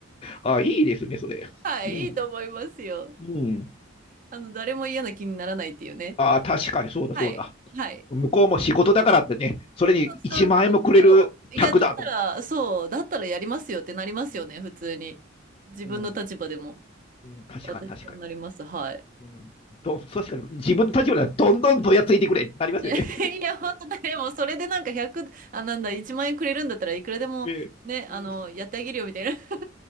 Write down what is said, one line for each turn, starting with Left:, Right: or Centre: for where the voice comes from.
Left: ああ、いいですね、それ。
Right: はい、
Left: うん。
Right: いいと思いますよ。
Left: うん。
Right: あの、誰も嫌な気にならないっていうね。
Left: ああ、確かにそうだそうだ。
Right: はい。はい。
Left: 向こうも仕事だからってね、それに1万円もくれる客だと思った
Right: そうそうそうそう。いや、だったら、そう、だったらやりますよってなりますよね、
Left: う
Right: 普通に。自分の立場でも。
Left: ん、うん、うん、確かに確か
Right: 私そうなります。はい。
Left: に。うん、ど確かに自分の立場ではどんどんどやついてくれってなりますよね。
Right: <laughs> いや、本当ねでも、それでなんか100、あ、なんだ、1万円くれるんだったらいくらでも、
Left: <laughs> ええうん
Right: ね、あの、やってあげるよ、みたいな。<laughs>